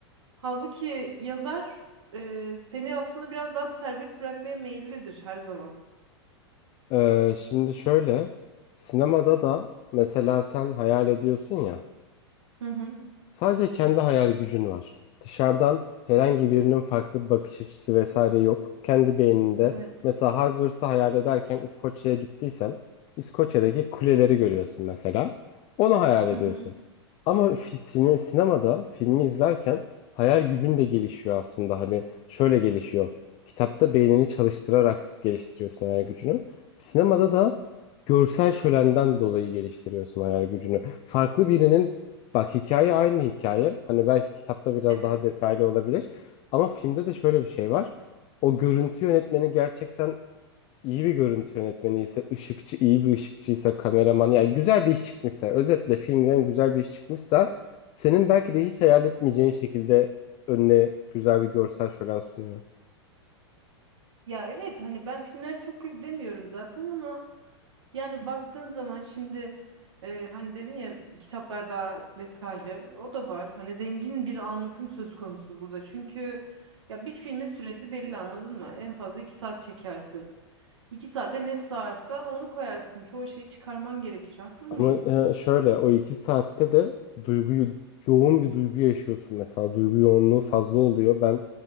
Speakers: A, on the right (about 80°); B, on the left (about 40°).
A: Halbuki yazar e, seni aslında biraz daha serbest bırakmaya meyillidir her zaman.
B: Ee, şimdi şöyle, sinemada da mesela sen hayal ediyorsun ya.
A: Hı hı.
B: Sadece kendi hayal gücün var. Dışarıdan herhangi birinin farklı bir bakış açısı vesaire yok. Kendi beyninde
A: Evet.
B: mesela Hogwarts'ı hayal ederken İskoçya'ya gittiysen İskoçya'daki kuleleri görüyorsun mesela. Onu hayal ediyorsun.
A: Hı hı.
B: Ama fi- sine- sinemada filmi izlerken hayal gücün de gelişiyor aslında. Hani şöyle gelişiyor. Kitapta beynini çalıştırarak geliştiriyorsun hayal gücünü. Sinemada da görsel şölenden dolayı geliştiriyorsun hayal gücünü. Farklı birinin Bak hikaye aynı hikaye. Hani belki kitapta biraz
A: Evet.
B: daha detaylı olabilir. Ama filmde de şöyle bir şey var. O görüntü yönetmeni gerçekten iyi bir görüntü yönetmeni ise, ışıkçı iyi bir ışıkçıysa, kameraman yani güzel bir iş çıkmışsa, özetle filmden güzel bir iş çıkmışsa senin belki de hiç hayal etmeyeceğin şekilde önüne güzel bir görsel şölen sunuyor.
A: Ya evet hani ben filmler çok kötü demiyorum zaten ama yani baktığın zaman şimdi e, hani dedin ya kitaplar daha detaylı o da var. Hani zengin bir anlatım söz konusu burada çünkü ya bir filmin süresi belli anladın mı? En fazla iki saat çekersin. İki saate ne sığarsa onu koyarsın. Çoğu şeyi çıkarman gerekir. Haksız
B: Ama
A: mıyım?
B: e, şöyle o iki saatte de duyguyu yoğun bir duygu yaşıyorsun mesela duygu yoğunluğu fazla oluyor. Ben